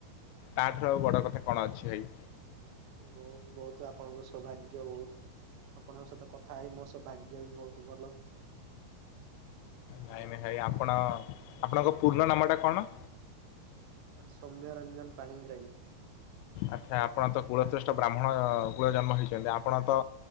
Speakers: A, on the left; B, on the right.
A: ତା ଠାରୁ ଆଉ ବଡ କଥା କଣ ଅଛି ଭାଇ।
B: ବୋହୁତୁ ବୋହୁତୁ ଆପଣଙ୍କ ସୌଭାଗ୍ୟ ବୋହୁତୁ। ଆପଣଙ୍କ ସହିତ କଥା ହେଇ ମୋ ସହ ଭାଗ୍ୟ ବି ବହୁତ ଭଲ।
A: ନାଇଁ ନାଇଁ ଭାଇ ଆପଣ ଆପଣଙ୍କ ପୂର୍ଣ୍ଣ ନାମ ଟା କଣ?
B: ସୌମ୍ୟ ରଞ୍ଜନ ପାଣିଗ୍ରାହୀ।
A: ଆଛା ଆପଣ ତ କୁଳଶ୍ରେଷ୍ଠ ବ୍ରାହ୍ମଣ କୂଳ ଜନ୍ମ ହେଇଚନ୍ତି। ଆପଣ ତ